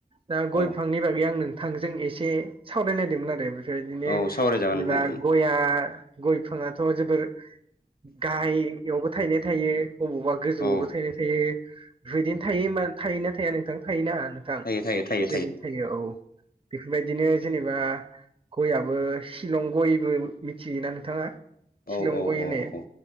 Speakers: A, on the right; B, on the left.
A: दा गय
B: औ
A: बिफांनि बागै आं नों थांजों एसे सावरायनायदोंमोन आरो बेफोरबायदिनो
B: औ सावरायजागोन
A: जेनेबा
B: नोंथां
A: गया गय बिफाङाथ' जोबोर गाहायावबो थायनाय थायो अबावबा गोजौवावबो
B: औ
A: थायनाय थायो बेफोरबायदिनो
B: औ
A: थायो मा थायो ना थाया नोंथां थायो ना नोंथां बेफोरबायदिनो
B: थायो थायो थायो
A: थायो औ बेफोरबायदिनो जेनेबा गययाबो शिलं गयबो मिथियो ना नोंथाङा शिलं
B: औ औ
A: गय होननाय
B: औ औ